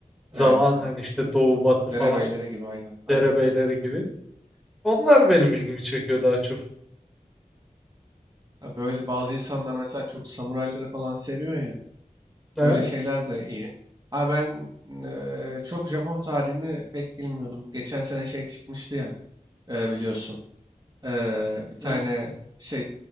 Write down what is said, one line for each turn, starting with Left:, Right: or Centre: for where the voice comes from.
Centre: zaman
Right: evet,
Centre: hani
Right: evet.
Centre: işte doğu batı falan
Right: Derebellere gibi aynen, aynen,
Centre: derebeyleri
Right: aynen.
Centre: gibi. Onlar benim ilgimi çekiyor daha çok.
Right: Ha, Böyle bazı insanlar mesela çok samurayları falan seviyor ya. Öyle
Centre: Evet.
Right: şeyler de iyi. Abi ben eee, çok Japon tarihini pek bilmiyordum. Geçen sene şey çıkmıştı ya eee, biliyorsun. Eee, bir tane
Centre: Ne çekiyor?
Right: şey